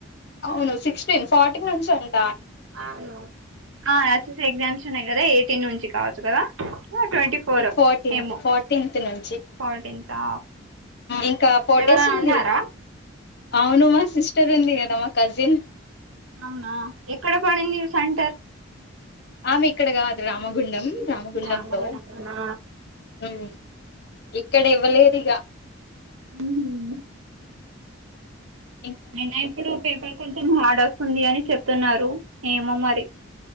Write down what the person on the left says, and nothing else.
అవును సిక్స్టీన్ ఫార్టీన్ నుంచి అ
ఫోర్టీన్త్
ఫోర్టీన్త్ నుంచి
ఇంకా ఫోర్
డేస్ ఉంది
అవును మా సిస్టర్ ఉంది గదా మా కజిన్
ఆమె ఇక్కడ కాదు రామగుండం రామగుండంలో
ఉం ఇక్కడ ఇవ్వలేదిగా
ఉం